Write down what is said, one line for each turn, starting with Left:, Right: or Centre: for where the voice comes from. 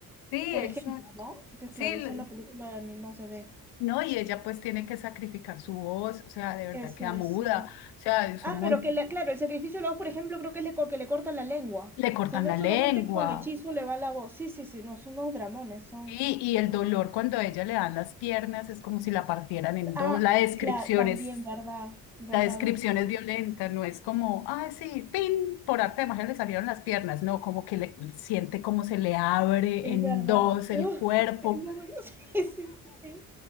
Left: sí,
Centre: Por
Left: exacto.
Centre: ejemplo, ¿no? Entonces,
Left: Sí,
Centre: claro,
Left: l-
Centre: eso en la película ni no se ve.
Left: no, y ella pues tiene que sacrificar su voz, o sea, de verdad
Centre: Eso
Left: queda
Centre: es,
Left: muda,
Centre: sí.
Left: o sea, es
Centre: Ah,
Left: un montón.
Centre: pero que, le, claro, el sacrificio de la voz, por ejemplo, creo que es le, co- que le cortan la lengua.
Left: Le cortan
Centre: O sea, no
Left: la
Centre: solamente
Left: lengua.
Centre: que con el hechizo le va la voz. Sí, sí, sí, no, son unos dramones, son.
Left: Sí, y el dolor cuando a ella le dan las piernas es como si la partieran en dos.
Centre: Ah,
Left: La descripción
Centre: claro, también,
Left: es,
Centre: verdad, verdad,
Left: la descripción
Centre: verdad.
Left: es violenta, no es como, ah, sí, pin, por arte de magia le salieron las piernas. No, como que le siente como se le abre
Centre: Es
Left: en
Centre: verdad.
Left: dos el
Centre: Uf,
Left: cuerpo.
Centre: qué nervios. <laughs> Sí, sí, sí. sí.